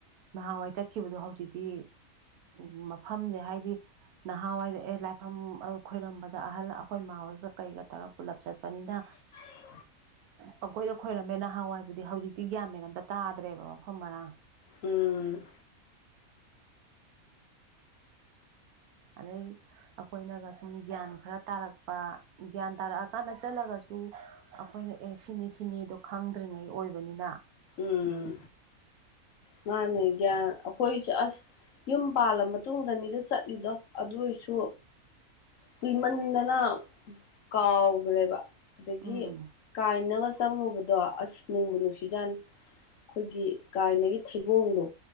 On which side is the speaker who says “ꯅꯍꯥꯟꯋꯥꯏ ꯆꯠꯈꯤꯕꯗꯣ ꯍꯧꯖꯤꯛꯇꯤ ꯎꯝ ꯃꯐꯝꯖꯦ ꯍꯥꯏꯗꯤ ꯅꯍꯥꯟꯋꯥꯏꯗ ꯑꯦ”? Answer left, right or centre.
Right